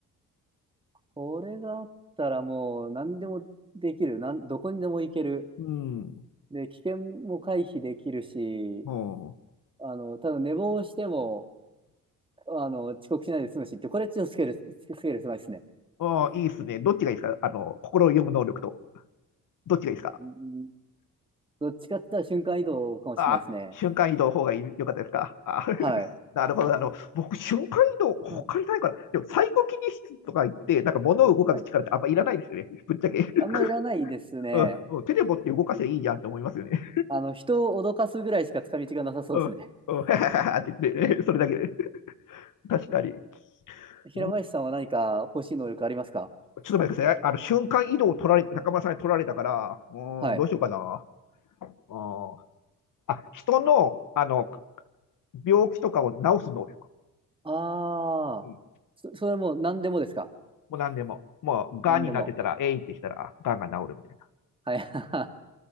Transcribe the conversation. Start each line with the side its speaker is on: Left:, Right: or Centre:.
Right: これがあったらもう何でもできる。なん、どこにでも行ける。
Left: うん。
Right: で、危険も回避できるし、
Left: おー
Right: あの、ただ寝坊しても、あの、遅刻しないで済むしって、これちょっとスケール、スケール狭いですね。
Left: おー、いいですね。どっちがいいですかあの、心を読む能力と。どっちがいいですか
Right: うん、どっちかって言ったら瞬間移動かもしれないですね。
Left: あー、瞬間移動の方がいい良かったですかあー <laughs>
Right: はい。
Left: なるほど。あの、僕、瞬間移動、他にないから。
Right: うん、
Left: でも、サイコキネシスとか言って、なんか物を動かす力ってあんまいらないですよね。
Right: はい。
Left: ぶっちゃけ。
Right: あんまいらないですね。
Left: <laughs> うんうん、手で持って動かせばいいじゃんって思いますよね。
Right: あの、人を脅かすぐらいしか使い道がなさそうですね。
Left: うん、うん、<laughs> って言って、ね、それだけで。確かに。
Right: 平林さんは何か欲しい能力ありますか
Left: うんちょっと待ってください。あの、瞬間移動を取られて、高村さんに取られたから、うーん、
Right: はい。
Left: どうしようかな。うんあ、人の、あの、病気とかを治す能力。
Right: ああ、
Left: うん
Right: そ、それも何でもですか
Left: もう何でも。もう、癌になってたら、
Right: 何でも。
Left: えいってしたら、癌が治るみたい
Right: はい。